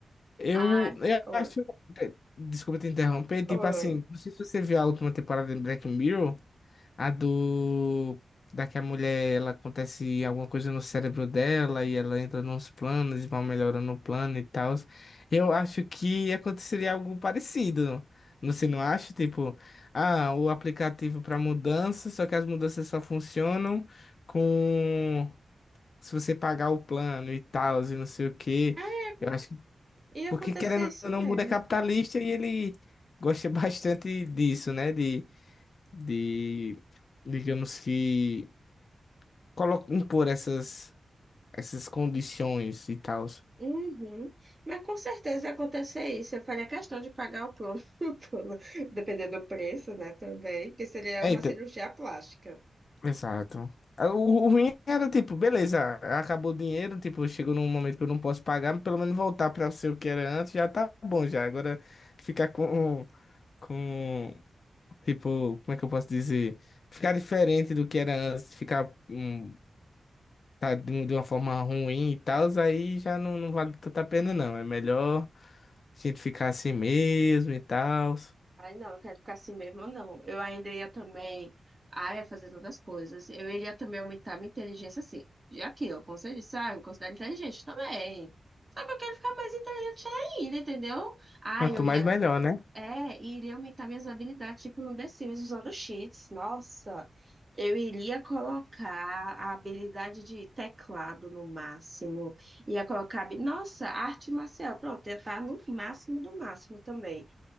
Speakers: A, on the left (about 55°); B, on the right (about 25°).
A: Eu,
B: Ai,
A: eu
B: oi,
A: acho. Desculpa te interromper. Tipo
B: oi
A: assim, não sei se você viu a última temporada de Black Mirror, a do. Da que a mulher, ela acontece alguma coisa no cérebro dela e ela entra nos planos e vai melhorando o plano e tal. Eu acho que aconteceria algo parecido. Você não acha? Tipo, ah, o aplicativo para mudança, só que as mudanças só funcionam com. se você pagar o plano e tal, e não sei o quê.
B: É,
A: Eu acho que,
B: Ia
A: porque
B: acontecer
A: querendo
B: isso
A: ou
B: mesmo.
A: não, o mundo é capitalista e ele <laughs> gosta bastante disso, né? De, de digamos que, colo- impor essas, essas condições e tal.
B: Uhum. Mas com certeza ia acontecer isso. Eu faria questão de pagar o plano, <laughs> o plano, dependendo do preço, né? Também, porque seria
A: É,
B: uma
A: então,
B: cirurgia plástica.
A: exato. Ah, O, o ruim era, tipo, beleza, acabou o dinheiro, tipo, chegou num momento que eu não posso pagar, mas pelo menos voltar para ser o que era antes já tá bom já. Agora ficar com, com Tipo, como é que eu posso dizer? Ficar diferente do que era antes, ficar hum, tá, de um- de uma forma ruim e tal, aí já não, não vale tanta pena, não. É melhor a gente ficar assim mesmo e tal.
B: Ai, não, eu quero ficar assim mesmo, não. Eu ainda ia também. Ah, ia fazer tantas coisas. Eu iria também aumentar minha inteligência, assim. E aquilo, como você disse, ah, eu me considero inteligente também. Só que eu quero ficar mais inteligente ainda, entendeu? Ah,
A: Quanto
B: eu
A: mais,
B: ia.
A: melhor, né?
B: É, e iria aumentar minhas habilidades, tipo no The Sims, usando cheats. Nossa, eu iria colocar a habilidade de teclado no máximo. Ia colocar, habi- nossa, arte marcial. Pronto, ia estar no máximo do máximo também.